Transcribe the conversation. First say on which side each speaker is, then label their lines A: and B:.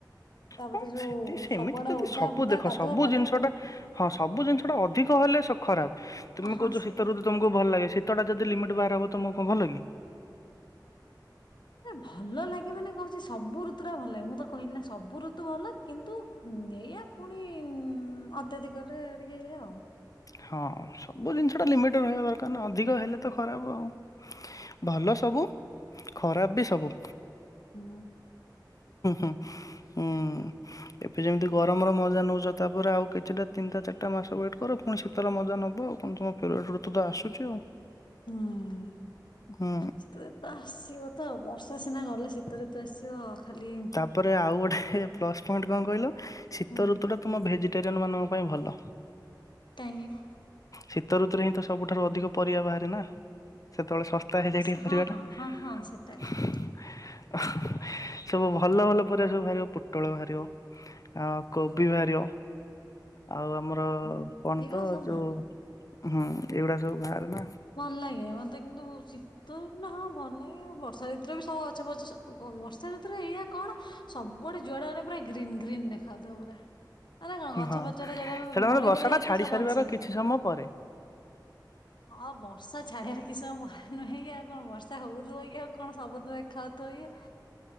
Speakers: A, on the left; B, on the left.
A: ତାପରେ
B: ହଁ
A: ଯୋଉ
B: ସେଠି ସେମିତି
A: ସବୁଆଡ଼େ
B: ଯଦି
A: ଓଦା
B: ସବୁ
A: ଫଦା
B: ଦେଖ
A: କାଦୁଅ
B: ସବୁ
A: ଫାଦୁଅ
B: ଜିନିଷଟା ହଁ ସବୁ ଜିନିଷ ଟା ଅଧିକ ହେଲେ ସ ଖରାପ ତୁମେ
A: ହଁ
B: କହୁଛ
A: ସେଇଟା
B: ଶୀତ ଋତୁ
A: ତ
B: ତମକୁ
A: କଥା
B: ଭଲ ଲାଗେ ସେ ତଡ଼ା ଯଦି ଲିମିଟ୍ ବାହାର ହବ ତ ମୁଁ କଣ ଭଲ କି
A: ନା ଭଲ ଲାଗେ ମାନେ କହୁଛି ସବୁ ଋତୁରା ଭଲ ଲାଗେ ମୁଁ ତ କହିଲି ନା ସବୁ ଋତୁ ଭଲ। କିନ୍ତୁ ନେଇଆ ପୁଣି ଅତ୍ୟଧିକରେ ଟିକେ ଏଇଆ ଆଉ।
B: ହଁ ସବୁ ଜିନିଷ ଟା ଲିମିଟ୍ ରେ ରହିବା ଦରକାର ନା ଅଧିକ ହେଲେ ତ ଖରାପ ଆଉ। ଭଲ ସବୁ ଖରାପ ବି ସବୁ।
A: ହୁଁ
B: <inaudible> ଉଁ ଏବେ ଯେମିତି ଗରମର ମଜା ନଉଛ ତାପରେ ଆଉ କିଛିଟା ତିନଟା ଚାରିଟା ମାସ ୱେଟ୍ କର ପୁଣି ଶୀ ଏତଲ ମଜା ନବ ଆଉ କଣ ତମ ଫେଭରାଇଟ୍ ଋତ ତ ଆସୁଛି ଆଉ।
A: ହୁଁ
B: ହୁଁ
A: ଶୀତ ତ ଆସିବ ତ ବର୍ଷା ସିନା ଗଲେ ଶୀ ଶୀତ ଋତୁ ଆସିବ ଖାଲି
B: ତାପରେ ଆଉ ଗୋଟେ ପ୍ଲସ୍ ପଏଣ୍ଟ କଣ କହିଲ ଶୀତ
A: ହୁଁ
B: ଋତୁଟା ତୁମ ଭେଜିଟେରିଆନ୍ ମାନଙ୍କ ପାଇଁ ଭଲ।
A: <inaudible>
B: ଶୀତ ଋତୁରେ ହିଁ ତ ସବୁଠାରୁ ଅଧିକ ପରିବା ବାହାରେ ନା। ସେତେବେଳେ ଶସ୍ତା
A: ହଁ
B: ହେଇଯାଏ ଟିକେ ପରିବାଟା।
A: ହଁ ହଁ ହଁ ହଁ ସେଟା ଠିକ
B: <inaudible> ସବୁ ଭଲ ଭଲ ପନିପରିବା ସବୁ ବାହାରିବ ପୋଟଳ ବାହାରିବ ଆ କୋବି ବାହାରିବ ଆଉ ଆମର ଆର
A: ହଁ
B: କଣ
A: ପରିବା
B: ତ
A: ସବୁ
B: ଯୋଉ
A: ବାହାରେ
B: ହଁ ଏଗୁଡା ସବୁ ବାହାରେ ନା
A: ଭଲ ଲାଗେ ମତେ କିନ୍ତୁ ଶୀତ ଦିନ ହଁ ଭଲ ଲାଗେ ବର୍ଷା ଋତରେ ବି ସବୁ ଗଛ ପଛ ଓ କଣ ବର୍ଷା ଋତୁରେ ଏଇଆ କଣ ସବୁଆଡେ ଯୁଆଡେ ଅନେଇବୁ ପୁରା ଗ୍ରୀନ୍ ଗ୍ରୀନ୍ ଦେଖାଯାଉଥିବ ପୁରା। ଆରେ କଣ ଗଛପଛରା
B: ହଁ।
A: ଯୋଉରା
B: ସେଇଟା
A: ମଳି
B: ମାନେ ବର୍ଷା
A: ଗୁଡା
B: ଟା
A: ଯାଇଥିବ
B: ଛାଡି
A: ସବୁ
B: ସାରିବାର
A: ବଞ୍ଚି ଯାଇଥିବ।
B: କିଛି ସମୟ ପରେ
A: ହଁ ବର୍ଷା ଛାଡିବାର କିଛି ସମୟ ନୁହେଁ କି ଆଉ କଣ ବର୍ଷା ହଉଥିବ କି ଆଉ କଣ ସବୁ ତ ଦେଖା ହଉଥିବ ଇଏ।